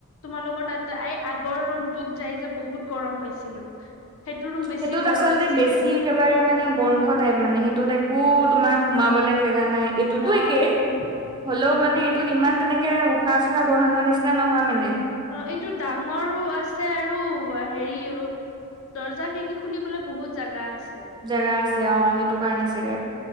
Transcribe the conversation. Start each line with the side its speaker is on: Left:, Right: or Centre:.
Left: তোমালোকৰ তাতে এই আগৰ ৰুমটোত যাই যে বহুত গৰম পাইছিলো। সেইটো ৰুম বেছি
Right: সেইটোত
Left: গৰম
Right: আচলতে
Left: আছিলে!
Right: বেছি একেবাৰে মানে বন্ধ টাইপ মানে, সেইটোত একো তোমাৰ সোমাবলে। জেগা নাই। এইটোতো
Left: অ
Right: একে। হ'লেও মানে এইটোত ইমান। তেনেকে উশাহ-চোশাহ বন্ধ হৈ যোৱাৰ নিচিনা নহয় মানে!
Left: অ' এইটো ডাঙৰো আছে আৰু হেৰি দৰ্জা-খিৰিকী খুলিবলৈ বহুত জাগা আছে।
Right: জেগা আছে অ'। সেইটো কাৰণে চাগে!